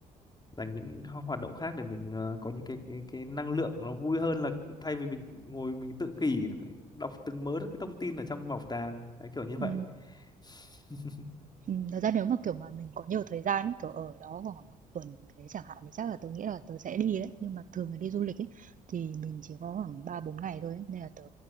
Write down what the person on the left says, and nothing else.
dành những ho- hoạt động khác để mình ờ, có những cái cái cái năng lượng nó vui hơn là thay vì mình ngồi mình tự kỷ đọc từng mớ cái thông tin ở trong bảo tàng đấy kiểu như
vậy <laughs>